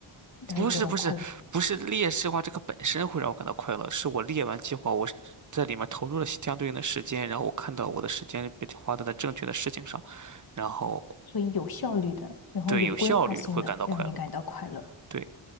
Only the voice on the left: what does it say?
来得到快乐，
所以有效率的，然后有规划性的，
让你感到快乐。